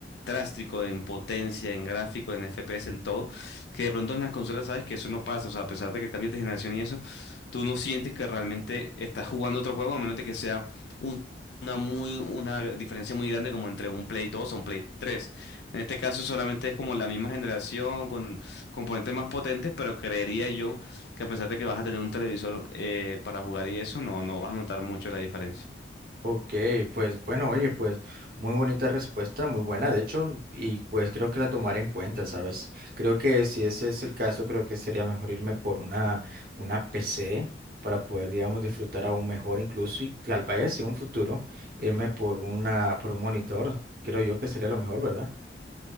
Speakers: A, on the left (about 70°); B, on the right (about 55°).
A: drástico en potencia, en gráfico, en FPS, en todo, que de pronto en las consolas sabes que eso no pasa, o sea, a pesar de que cambies de generación y eso, tú no sientes que realmente estás jugando otro juego, a menos de que sea un- una muy, una diferencia muy grande como entre un Play 2 a un Play 3. En este caso solamente es como la misma generación con componentes más potentes, pero creería yo que a pesar de que vas a tener un televisor eh, para jugar y eso, no, no vas a notar mucho la diferencia.
B: Ok, pues bueno, oye, pues muy bonita respuesta, muy buena, de hecho, y pues creo que la tomaré en cuenta, ¿sabes? Creo que si ese es el caso, creo que sería mejor irme por una, una PC para poder, digamos, disfrutar aún mejor incluso y tal vez en un futuro irme por una, por un monitor, creo yo que sería lo mejor, ¿verdad?